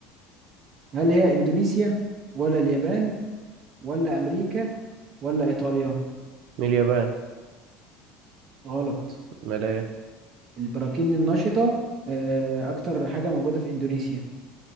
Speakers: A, on the right; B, on the right.
A: هل هي إندونيسيا ولا اليابان ولا أمريكا ولا إيطاليا
B: من اليابان
A: غلط
B: امال ايه
A: البراكين النشطة آه، أكتر حاجة موجودة في إندونيسيا